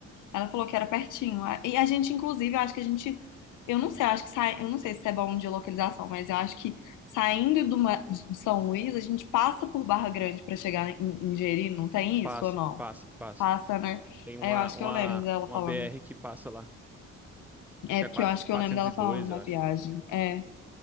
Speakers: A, on the left; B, in the centre.
A: Ela falou que era pertinho. A- E a gente, inclusive, eu acho que a gente, eu não sei, eu acho que sai, eu não sei se é bom de localização, mas eu acho que saindo do Ma- de São Luís, a gente passa por Barra Grande pra chegar em, em Jeri, não tem
B: Passa,
A: isso ou não?
B: passa, passa.
A: Passa, né?
B: Tem uma,
A: É, eu acho
B: uma,
A: que eu lembro dela
B: uma
A: falando.
B: BR que passa lá. Acho
A: É,
B: que
A: porque
B: é 4-
A: eu acho que
B: 402,
A: eu lembro dela falando na
B: eu acho.
A: viagem. É.